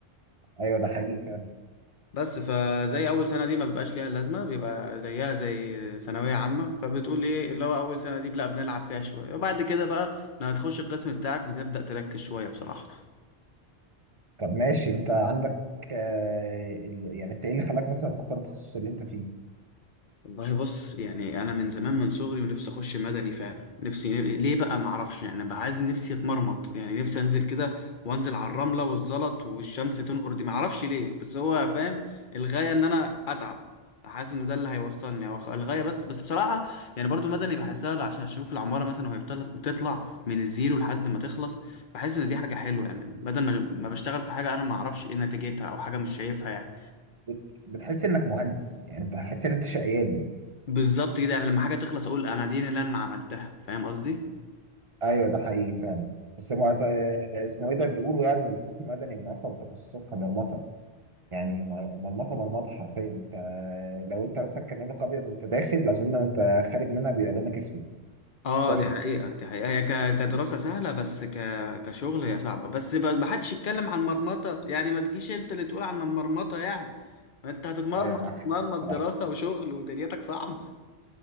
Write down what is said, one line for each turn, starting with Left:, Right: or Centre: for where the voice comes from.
Right: ايوه ده حقيقي فعلا
Left: بس فزي اول سنه دي ما بيبقاش ليها لازمه بيبقى زيها زي ثانويه عامه فبتقول ايه اللي هو اول سنه دي لا بنلعب فيها شويه وبعد كده بقى لما تخش القسم بتاعك بتبدا تركز شويه بصراحه
Right: طب ماشي انت عندك آه ال- يعني انت ايه اللي خلاك مثلا تختار التخصص اللي انت فيه
Left: والله بص يعني انا من زمان من صغري ونفسي اخش مدني فعلا نفسي ليه بقى معرفش يعني بقى عايز نفسي اتمرمط يعني نفسي انزل كده وانزل على الرمله والزلط والشمس تنقر دي معرفش ليه بس هو فاهم الغايه ان انا اتعب حاسس انه ده اللي هيوصلني هو الغايه بس بس بصراحه يعني برضو مدني بحسها عشان اشوف العماره مثلا وهي بتطل- بتطلع من الزيرو لحد ما تخلص بحس ان دي حاجه حلوه يعني بدل ما ما بشتغل في حاجه انا معرفش ايه نتيجتها او حاجه مش شايفها يعني
Right: بت- بتحس انك مهندس يعني انت بتحس ان انت شقيان
Left: بالظبط كده يعني لما حاجه تخلص اقول انا دي اللي انا عملتها فاهم قصدي
Right: ايوه ده حقيقي فعلا بس مو- آه، اسمه ايه ده بيقولوا يعني إن القسم المدني من اصعب التخصصات كمرمطه يعني مر- مرمطه مرمطه حرفيا انت لو انت مثلا كان لونك ابيض وانت داخل اظن انت خارج منها بيبقى لونك اسود
Left: اه
Right: كحل
Left: دي حقيقه دي حقيقه هي ك- كدراسه سهله بس ك... كشغل هي صعبه بس ب- ما حدش يتكلم عن مرمطه يعني ما تجيش انت اللي تقول عن مرمطه يعني ما انت هتتمرمط
Right: ايوه معاك
Left: هتتمرمط
Right: حق الصراحه
Left: دراسه وشغل ودنيتك صعبه <laughs>